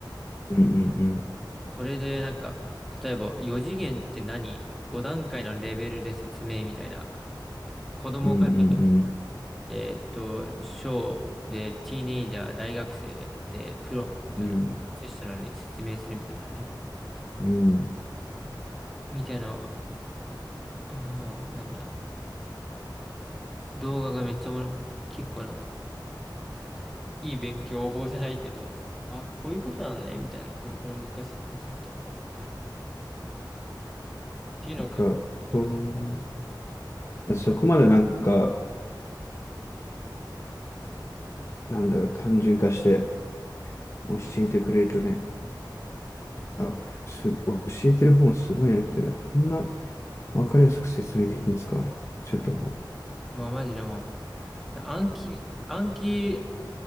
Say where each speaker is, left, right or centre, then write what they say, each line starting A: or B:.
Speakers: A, on the left; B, in the centre.
A: うん、うん、うん、
B: それでなんか、例えば4次元って何 ?5 段階のレベルで説明みたいな。こ子供から、
A: うん、
B: えーっと、小で、ティーネイジャー、大学生で、プロみたいな。
A: うん、うん。
B: セッショナルに説明するみたいなね。
A: うん
B: みたいな、あーなんだ。動画がめっちゃおもろ、結構なんか、ふいい勉強法じゃないけど、あ、こういうことなのね、みたいな。この、この難しいコンセプトみたいな。っていうのを結構、
A: なんか、そういうの、そこまでなんか、なんだろう、単純化して教えてくれるとね、あ、す、教えてる方もすごいなみたいな、こんなわかりやすく説明できるんですかちょっと思うよ。
B: まあマジでもう、暗記、暗記